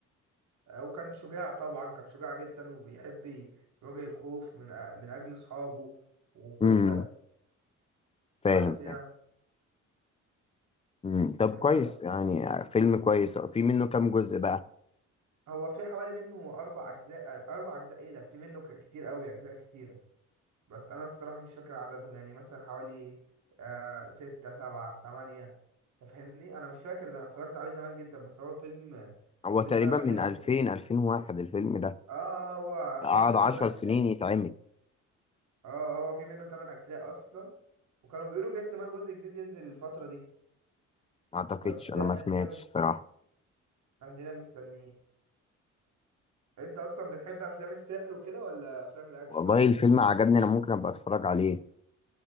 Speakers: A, on the right; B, on the left.
A: آه، وكان شجاع طبعا كان شجاع جدا وبيحب ي- يواجه الخوف من أ- من اجل اصحابه وكل
B: مم.
A: ده
B: فاهم
A: بس يعني
B: فاهم مم. طب
A: آه،
B: كويس
A: بس
B: يعني فيلم كويس في منه كام جزء بقى
A: هو في حوالي منه اربع اجزاء آه، اربع اجزاء ايه ده في منه ك- كتير قوي اجزاء كتيرة بس انا الصراحة مش فاكر عددهم يعني مثلا حوالي آه ستة سبعة تمانية تفهمني انا مش فاكر ده انا اتفرجت عليه زمان جدا بس هو فيلم
B: هو
A: فيلم
B: تقريبا
A: انا بحبه
B: من 2000 2001 الفيلم ده
A: اه آه، هو في
B: قعد
A: منه 8
B: 10
A: اجزاء
B: سنين يتعمل
A: اه هو في منه 8 اجزاء اصلا وكانوا بيقولوا في احتمال جزء جديد ينزل الفترة دي
B: ما اعتقدش
A: بس
B: انا
A: يعني
B: ما سمعتش
A: عندنا مت...
B: صراحه.
A: عندنا مستنيين انت اصلا بتحب افلام السحر وكده ولا افلام الاكشن
B: والله
A: اكتر
B: الفيلم عجبني انا ممكن ابقى اتفرج عليه